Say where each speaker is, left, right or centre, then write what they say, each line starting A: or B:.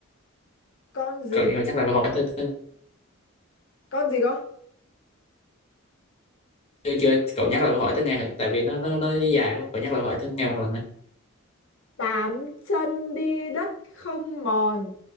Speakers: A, on the left (about 60°); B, on the left (about 30°).
A: con gì?
B: cậu, cậu nhắc lại câu hỏi tới, tới
A: Con gì có?
B: chưa chưa cậu nhắc lại câu hỏi tới nghe thử, tại vì nó nó nó dài quá cậu nhắc lại câu hỏi tới nghe một lần nữa
A: Tám chân đi đất không mòn